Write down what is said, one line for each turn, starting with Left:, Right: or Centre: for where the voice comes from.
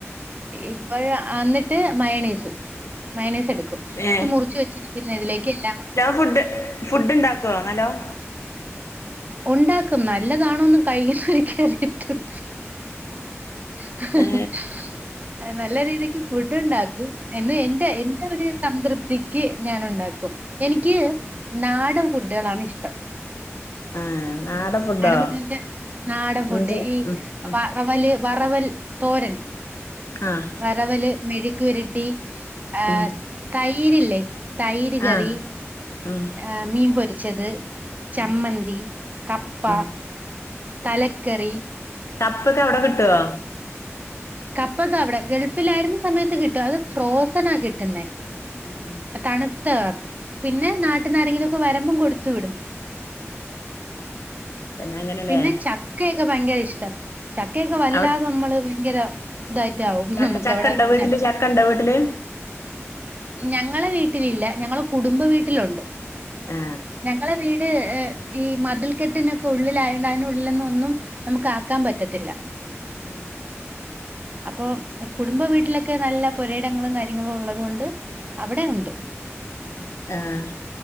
Right: ഇപ്പോഴ അന്നിട്ട് മയണീസ് മയണീസ് എടുക്കും ക്കും
Left: ഏ
Right: ന്നട്ട് മുറിച്ച് വെച്ചിരിക്കുന്ന ഇതിലേക്ക് എല്ലാം കൂടെ
Left: ഫുഡ്‌ ഫുഡ് ഉണ്ടാക്കോ നല്ലോം
Right: ഉണ്ടാക്കും നല്ലതാണോന്ന് കഴിചോക്കിയാൽ അറിയാ <unintelligible>
Left: ഏ
Right: നല്ല രീതിക്ക് ഫുഡ് ഉണ്ടാക്കും എന്നും എന്റെ എന്റെ ഒരു സംതൃപ്തിക്ക് ഞാൻ ഉണ്ടാക്കും എനിക്ക് നാടൻ ഫുഡ്‌കള്ളാണ് ഇഷ്ടം
Left: ആഹ് നാടൻ ഫുഡോ
Right: നാടൻ ഫുഡ് വെച്ച നാടൻ ഫുഡ്
Left: ഉം
Right: ഈ
Left: ഉം ഉം
Right: വറവല് വറവൽ തോരൻ
Left: ആഹ്
Right: വറവല് മെഴുക്കു വെരട്ടി ഏഹ്
Left: ഉം
Right: തൈരില്ലേ തൈര് കറി
Left: ആ ഉം
Right: ആ മീൻ പൊരിച്ചത്. ചമ്മന്തി,
Left: ഉം
Right: കപ്പ,
Left: ഉം
Right: തലക്കറി.
Left: കപ്പൊക്കെ എവിടെ കിട്ടുവോ
Right: കപ്പക്ക അവിടെ ഗൾഫിൽ ആയിരുന്ന സമയത്ത് കിട്ടും അത് ഫ്രോസണ കിട്ടുന്നേ
Left: ഉം ഉം
Right: തണുത്ത പിന്നെ നാട്ടന്നാരങ്കിലുംക്കെ വരമ്പും കൊടുത്തു വിടും
Left: പിന്നെ അങ്ങനെല്ലേ
Right: പിന്നെ ചക്കയൊക്കെ ഭയങ്കര ഇഷ്ട ചക്കയൊക്കെ വല്ലാതെ
Left: അവ
Right: നമ്മള് ഭയങ്കര ഇതായിട്ട ആവും
Left: ചക്ക
Right: നമുക്ക്
Left: ചക്കണ്ടോ
Right: അവിടെ
Left: വീട്ടില്
Right: ചെക്
Left: ചക്കണ്ടോ വീട്ടില്
Right: ഞങ്ങളെ വീട്ടിലില്ല ഞങ്ങളെ കുടുംബ വീട്ടിലുണ്ട്.
Left: ആ
Right: ഞങ്ങളെ വീട് ഏ ഈ മതിൽക്കെട്ടിനൊക്കെ ഉള്ളിലയണ്ട് അതിനുള്ളിൽന്ന ഒന്നും നമുക്ക് ആക്കാൻ പറ്റത്തില്ല.
Left: ഉം
Right: അപ്പൊ കുടുംബ വീട്ടിലൊക്കെ നല്ല പുരയിടങ്ങളും കാര്യങ്ങളും ഉള്ളതുകൊണ്ട്. അവിടെ ഉണ്ട്.
Left: ഉ ആഹ്